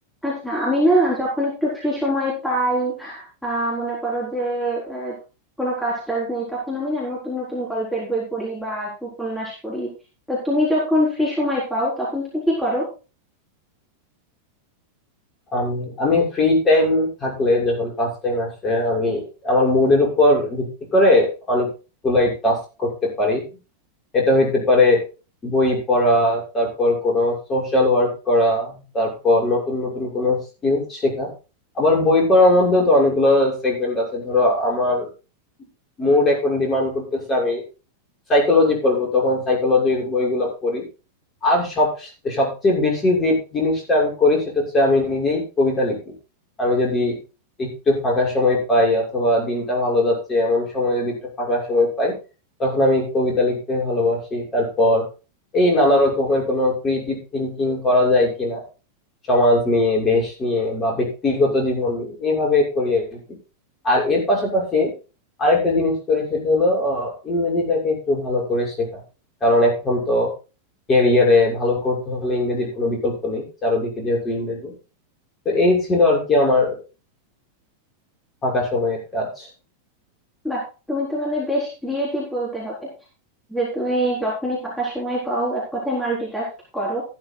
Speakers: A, in the centre; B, on the left.
A: আচ্ছা আমি না যখন একটু ফ্রি সময় পাই আহ মনে করো যে আহ, কোনো কাজ টাজ নেই তখন আমি না নতুন নতুন গল্পের বই পড়ি বা একটু উপন্যাস পড়ি তা তুমি যখন ফ্রি সময় পাও তখন তুমি কি করো
B: আম, আমি free time থাকলে যখন পাস টাইম আসে আমি আমার মুডের উপর ভিত্তি করে অনেকগুলাই টাস্ক করতে পারি এটা হইতে পারে বই পড়া তারপর কোনো সোশ্যাল ওয়ার্ক করা তারপর নতুন নতুন কোনো স্কিল শেখা আবার বই পড়ার মধ্যেও তো অনেকগুলো সেগমেন্ট আছে ধরো আমার মুড এখন ডিমান্ড করতেছে আমি সাইকোলজি পড়বো তখন সাইকোলজির বইগুলো পড়ি আর সব সবচেয়ে বেশি যে জিনিসটা আমি করি সেটা হচ্ছে আমি নিজেই কবিতা লিখি আমি যদি একটু ফাঁকা সময় পাই অথবা দিনটা ভালো যাচ্ছে এমন সময় যদি একটু ফাঁকা সময় পাই তখন আমি কবিতা লিখতে ভালোবাসি তারপর এই নানা রকমের কোনো ক্রিয়েটিভ থিঙ্কিং করা যায় কিনা সমাজ নিয়ে দেশ নিয়ে বা ব্যক্তিগত জীবন নিয়ে এইভাবে করি আর কি আর এর পাশাপাশি আরেকটা জিনিস করি সেটা হলো আহ, ইংরেজিটাকে একটু ভালো করে শেখা কারণ এখন তো ক্যারিয়ারে ভালো করতে হলে ইংরেজির কোনো বিকল্প নেই চারদিকে যেহেতু ইংরেজি তো এই ছিল আর কি আমার ফাঁকা সময়ের কাজ
A: বাহ তুমি তো মানে বেশ ক্রিয়েটিভ বলতে হবে যে তুমি যখনই ফাঁকা সময় পাও এক কথায় মাল্টিটাস্ক করো